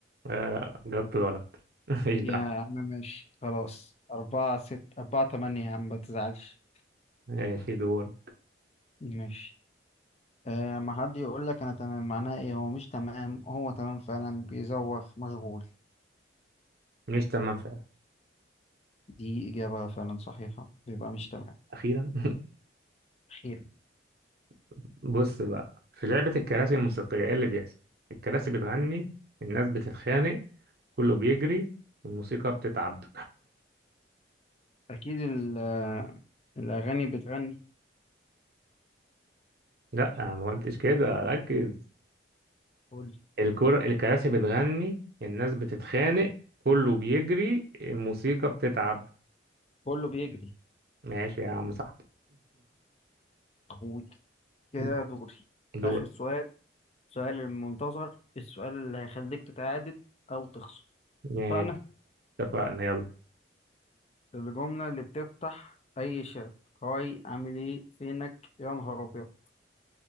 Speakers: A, on the right; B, on the left.
A: آه جبت غلط <laughs> مفيش دعوة
B: يا عم ماشي خلاص أربعة ست أربعة تمانية يا عم ما تزعلش
A: ماشي دور
B: ماشي آه، ما حد يقول لك انا تمام معناه ايه هو مش تمام هو تمام فعلا بيزوغ مشغول
A: مش تمام فعلا
B: دي اجابة فعلا صحيحة بيبقى مش تمام
A: أخيرا
B: خير
A: <laughs> بص بقى في لعبة الكراسي الموسيقية إيه اللي بيحصل؟ الكراسي بتغني الناس بتتخانق كله بيجري الموسيقى بتتعب
B: اكيد ال- آه، الاغاني بتغني
A: لا أنا ما قلتش كده ركز
B: كل
A: الكرة الكراسي بتغني الناس بتتخانق كله بيجري الموسيقى بتتعب
B: كله بيجري
A: ماشي يا عم صح
B: اخوي كده
A: <laughs>
B: دوري
A: دور
B: اخر سؤال سؤال المنتظر السؤال اللي هيخليك تتعادل او تخسر
A: ماشي
B: فانا
A: اتفقنا يلا
B: الجملة اللي بتفتح اي شات هاي عامل ايه فينك يا نهار ابيض